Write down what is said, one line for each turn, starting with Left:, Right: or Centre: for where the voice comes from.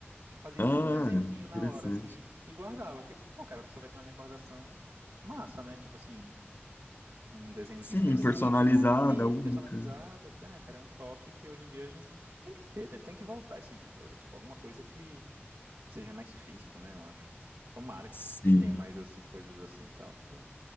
Right: Tipo, fazia
Left: Ah,
Right: tipo um desenhozinho
Left: interessante.
Right: na hora, assim, e guardava. Porque, eu falei, pô, cara, a pessoa vai ter uma recordação massa, né? Tipo assim, um desenhozinho
Left: Sim,
Right: bem simples,
Left: personalizada,
Right: mas bonito,
Left: única.
Right: personalizado. Eu falei, ai, cara, é um toque que hoje em dia a gente tem que ter, né? tem que voltar. Esse, eh, tipo, alguma coisa que seja mais físico, né? Eu acho. Tomara que,
Left: Sim,
Right: que tenha mais, assim, coisas assim e tal. Porque...